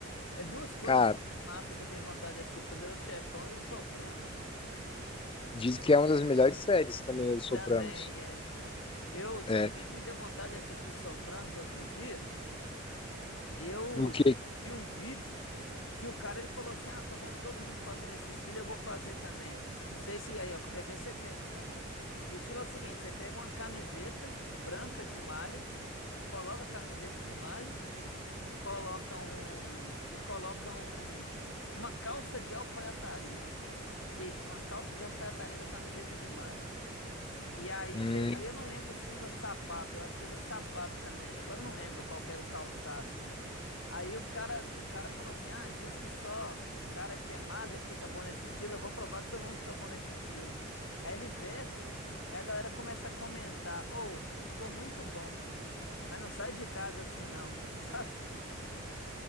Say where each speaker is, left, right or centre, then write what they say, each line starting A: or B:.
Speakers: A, on the left (about 65°); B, on the left (about 25°).
A: É duas coisas
B: cara,
A: sobre máfia que eu tenho vontade de assistir, o Poderoso Chefão e os Sopranos.
B: diz que é uma das melhores séries também, Os Sopranos.
A: Também, é. Eu, sabe
B: É,
A: o que que me deu vontade de assistir Sopranos outro dia? Eu
B: o que?
A: vi um vídeo que o cara ele falou assim: "Ah, tô vendo todo mundo fazendo esse estilo, eu vou fazer também". Não sei se aí, ó, qualquer dia você tenta também. O estilo é o seguinte, você pega uma camiseta branca de malha, coloca a camiseta de malha, coloca um e coloca um uma calça de alfaiataria. Isso, uma calça de alfaiataria com a camiseta de malha. E aí,
B: Hum,
A: você, aí eu não lembro se usa sapato, eu acho que usa sapato também. Agora eu não lembro qual que era o calçado. Aí o cara, o cara falou assim: "Ah, diz que só cara que é magro que fica bom nesse estilo, eu vou provar que todo mundo fica bom nesse estilo". Aí ele veste, aí a galera começa a comentar: "Ou, ficou muito bom, mas não sai de casa assim não". <laughs> Sabe?